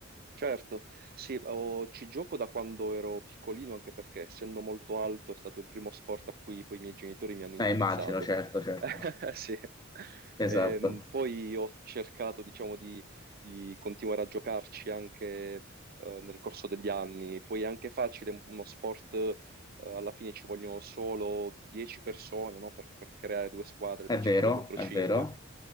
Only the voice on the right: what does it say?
Certo, sì, ho- ci gioco da quando ero piccolino, anche perché essendo molto alto è stato il primo sport a cui poi i miei genitori mi hanno indirizzato.
<laughs> Sì.
Ehm, poi ho cercato, diciamo, di, di continuare a giocarci anche eh, nel corso degli anni. Poi è anche facile, uno sport, eh, alla fine ci vogliono solo 10 persone, no, Per, per creare due squadre
da 5
contro
5